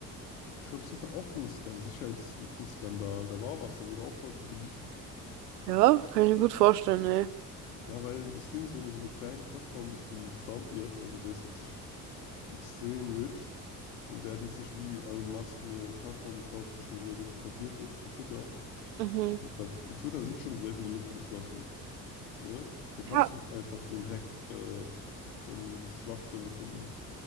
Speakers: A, on the left (about 75°); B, on the right (about 80°).
A: Und ich glaube, es hatte auch einen Skandal, Sicherheitslückenskandal, da war was, da wurde auch voll viel geleakt.
B: Ja, kann ich mir gut vorstellen, ey.
A: Ja, weil das Ding ist, wenn du so eine kleine Plattform bist wie Trump jetzt, also der ist jetzt nicht extrem rich und er hat jetzt nicht wie Elon Musk eine Plattform gekauft, die schon sehr gut etabliert ist, wie Twitter.
B: Mhm.
A: Da, in Twitter sind schon sehr viele Lücken geschlossen. Ne? Da kannst
B: Ja,
A: du nicht einfach so einen Hack äh, oder eine Schwachstelle finden.